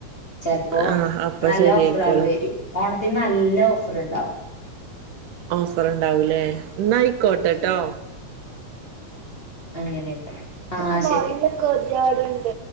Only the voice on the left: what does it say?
ചിലപ്പോ
നല്ല
ഓഫറെള് വരും ഓണത്തിന് നല്ല ഓഫർ ഉണ്ടാവും
അങ്ങനെയൊക്കെ ആഹ്
ശരി